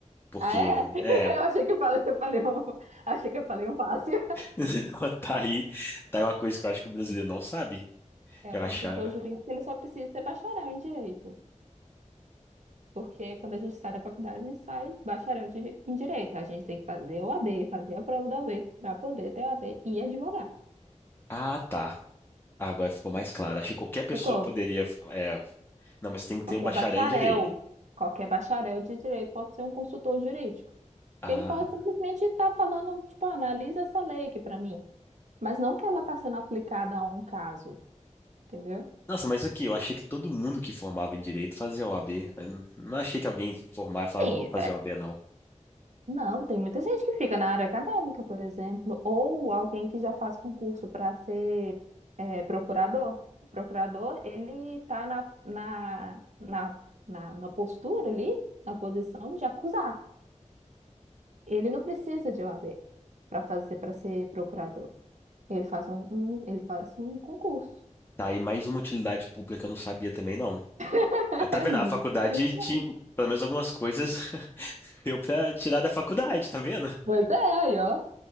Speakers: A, on the left; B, on the right.
A: Porque,
B: Ah, é? <laughs>
A: é,
B: Eu achei que eu falei, eu falei um, achei que eu falei um fácil.
A: <laughs> tá aí, tá aí uma coisa que eu acho que o brasileiro não sabe.
B: É,
A: Eu
B: o
A: achar.
B: consultor jurídico, ele só precisa ter bacharel em direito. Porque quando a gente sai da faculdade, a gente sai bacharel de, em direito. A gente tem que fazer o OAB, fazer a prova da OAB para poder ter o OAB e advogar.
A: Ah, tá. Ah, agora ficou mais claro. Achei que qualquer pessoa
B: Ficou.
A: poderia. é, Não, mas tem que
B: Qualquer
A: ter o bacharel
B: bacharel,
A: em direito.
B: qualquer bacharel de direito pode ser um consultor jurídico. Porque
A: Ah.
B: ele pode simplesmente estar falando, tipo, "Ah, analisa essa lei aqui para mim. Mas não que ela está sendo aplicada a um caso, entendeu?
A: Nossa, mas aqui, eu achei que todo mundo que formava em direito fazia OAB. Eu n- não achei que alguém formava e falava,
B: Sim,
A: não vou fazer o OAB, não.
B: Não, tem muita gente que fica na área acadêmica, por exemplo, ou alguém que já faz concurso para ser é, procurador. O procurador, ele está na, na, na, na, na postura ali, na posição de acusar. Ele não precisa de OAB para fazer, para ser procurador. Ele faz um, um- ele faz um concurso.
A: Tá aí mais uma utilidade pública que eu não sabia também, não.
B: <laughs>
A: Ah, Tá vendo?
B: É muito
A: A faculdade
B: conhecimento.
A: te, pelo menos algumas coisas <laughs> deu pra tirar da faculdade, tá vendo?
B: Pois é, aí, ó.